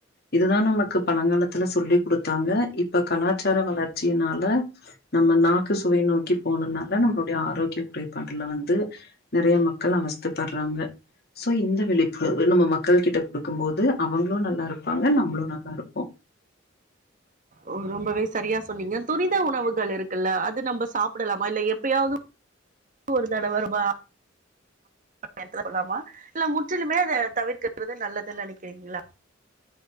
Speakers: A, on the left (about 55°); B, on the right (about 45°).
A: இதுதா நமக்கு பலங்காலத்துல சொல்லி் குடுத்தாங்க இப்ப கலாச்சார வளர்ச்சியினால நம்ம நாக்கு சுவை நோக்கி போனனால நம்லோட்ய ஆரோக்ய குறைபாட்டுல வந்து நெறய மக்கள் அவஸ்த பற்றாங்க சோ இந்த வெளிப்பு நம்ம மக்கள்கிட்ட குடுக்கும்போது அவங்ளு நல்லாருக் பாங்க நம்ளு நல்லாருப்போ
B: ஒ ரொம்பவே சரியா சொன்னீங்க துரித உணவுகள் இருக்குல்ல அது நம்ப சாப்டலாமா இல்ல எப்பயாவது ஒரு தடவருபா <inaudible> ல்ல முட் டிலுமே அத தவிர்க்றது நல்லத் <unintelligible>